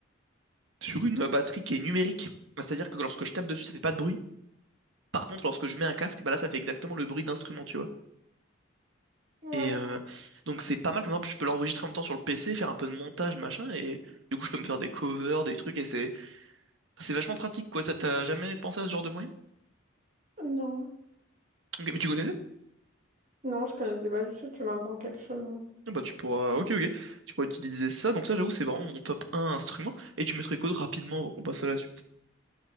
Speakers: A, on the right; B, on the right.
A: sur une batterie qui est numérique. C'est-à-dire que lorsque je tape dessus, ça fait pas de bruit. Par contre, lorsque je mets un casque, bah là, ça fait exactement le bruit d'instrument, tu vois.
B: Ouais.
A: Et euh, donc c'est pas mal, comme exemple, je peux l'enregistrer en même temps sur le PC, faire un peu de montage, machin, et du coup je peux me faire des covers, des trucs, et c'est c'est vachement pratique, quoi. T'as t'as jamais pensé à ce genre de moyen?
B: Non,
A: Ok, mais tu connaissais?
B: non, je connaissais pas du tout, tu m'apprends quelque chose. hein.
A: Ah Bah tu pourras, ok, ok, tu pourras utiliser ça, donc ça j'avoue c'est vraiment mon top un instrument, et tu mettrais quoi de rapidement avant qu'on passe à la suite?